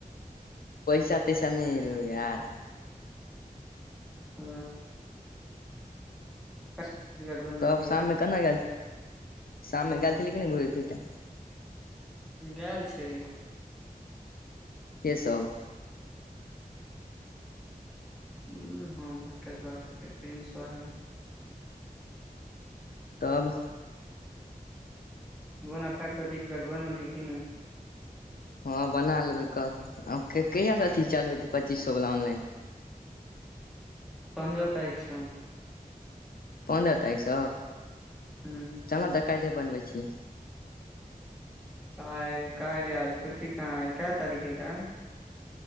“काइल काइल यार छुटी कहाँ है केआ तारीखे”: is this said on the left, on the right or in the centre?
Centre